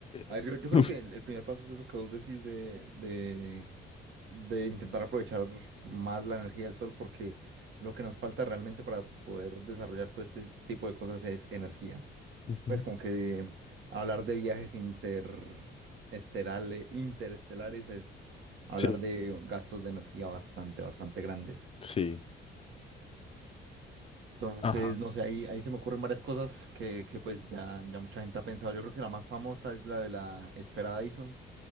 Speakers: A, on the right; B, on the left.
A: A
B: Es-
A: ver, yo, yo creo
B: <laughs>
A: que el el primer paso es eso que vos decís de, de, de intentar aprovechar más la energía del sol, porque lo que nos falta realmente para poder desarrollar todo este tipo de cosas es energía.
B: Ujú.
A: Pues como que hablar de viajes interesterales, interestelares es hablar
B: Sí,
A: de gastos de energía bastante, bastante grandes.
B: sí.
A: Entonces,
B: Ajá,
A: no sé, ahí, ahí se me ocurren varias cosas que, que pues ya, ya mucha gente ha pensado. Yo creo que la más famosa es la de la esfera Dyson,